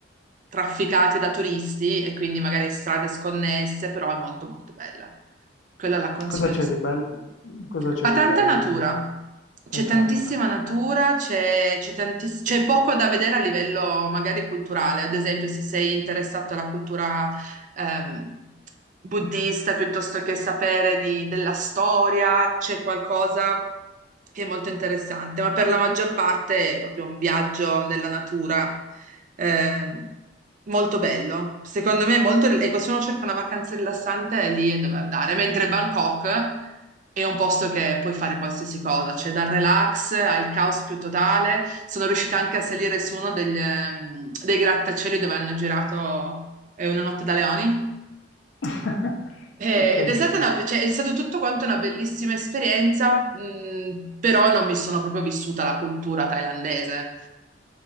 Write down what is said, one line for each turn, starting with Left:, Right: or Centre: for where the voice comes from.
Right: trafficati da turisti e quindi magari strade sconnesse, però è molto molto bella. Quella la consiglio
Left: Cosa c'è
Right: di
Left: di bello? Cosa c'è
Right: ma tanta
Left: di bello
Right: natura,
Left: in generale? Tanta
Right: c'è tantissima
Left: natura.
Right: natura, c'è c'è tantiss- c'è poco da vedere a livello magari culturale, ad esempio se sei interessato alla cultura ehm, buddista piuttosto che sapere di- della storia, c'è qualcosa che è molto interessante, ma per la maggior parte è proprio un viaggio nella natura eh, molto bello. Secondo me è molto... Ecco, se uno cerca una vacanza rilassante, è lì è dove andare. Mentre Bangkok è un posto che puoi fare qualsiasi cosa, cioè dal relax al caos più totale. Sono riuscita anche a salire su uno degli, ehm, dei grattacieli dove hanno girato eh, Una notte da leoni.
Left: <laughs>
Right: Eh,
Left: Ok,
Right: Ed è stata
Left: sì,
Right: una- cioè, è stato tutto quanto una bellissima esperienza, mh, però non mi sono proprio vissuta la cultura thailandese.